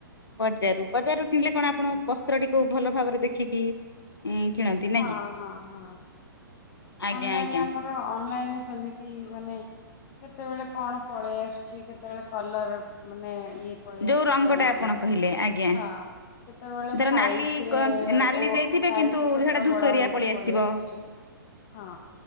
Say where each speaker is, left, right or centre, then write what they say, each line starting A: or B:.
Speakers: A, on the left; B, on the left.
A: ବଜାରରୁ, ବଜାର ରୁ କିଣିଲେ କଣ
B: ହଁ
A: ଆପଣ ବସ୍ତ୍ରଟିକୁ ଭଲ ଭାବରେ ଦେଖିକି ଉଁ କିଣନ୍ତି
B: ହଁ
A: ନାଇଁ କି?
B: ହଁ ହଁ
A: ଆଜ୍ଞା
B: ହଁଲାଇନ
A: ଆଜ୍ଞା
B: ଆ ଅନଲାଇନରେ ସେମିତି ମାନେ କେତେବେଳେ କଣ ପଳେଇ ଆସିଛି, କେତେବେଳେ କଲର ମାନେ ଇଏ ପଳେଇ
A: ଯୋଉ
B: ଆସୁଛି
A: ରଙ୍ଗଟା
B: ଅଲଗା,
A: ଆପଣ କହିଲେ ଆଜ୍ଞା
B: ହଁ କେତେବେଳେ
A: ଧର
B: ସାଇଜିରେ
A: ନାଲି ନାଲି
B: ଓଁ
A: ଦେଇଥିବେ
B: ସାଇଜି
A: କିନ୍ତୁ
B: ଛୋଟ
A: ସେଟା ଧୂସରିଆ
B: ବଡ ହେଇକି
A: ଆସିବ
B: ପଳେଇ ଆସୁଛି ହଁ।